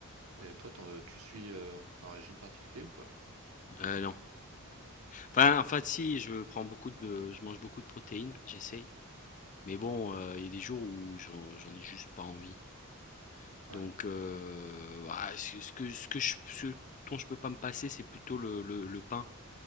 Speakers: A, on the right; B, on the left.
A: Et toi, t'en- tu suis euh, un régime particulier ou pas?
B: Euh, non. Enfin, enfin, si, je prends beaucoup de, je mange beaucoup de protéines, j'essaye. Mais bon, heu, il y a des jours où j'en j'en ai juste pas envie. Donc
A: Ouais.
B: heu, ah, ce ce que ce que je ce dont je peux pas me passer, c'est plutôt le le le pain.